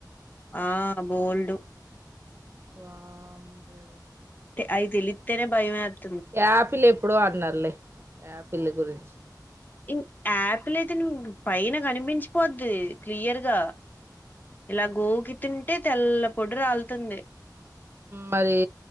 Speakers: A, on the left (about 25°); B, on the right (about 35°).
A: ఆ బోల్డు
B: వాంబో
A: అయితేలిత్తేనే బైమ్ ఏత్
B: యాపిల్ ఎప్పుడో అన్నార్లే యాపిల్ గురించి
A: యాప్లి అయితే నువు పైన కనిపించిపోద్ది క్లియర్గా ఇలా గోగి తింటే తెల్ల పొడి రాలుతుంది
B: మరి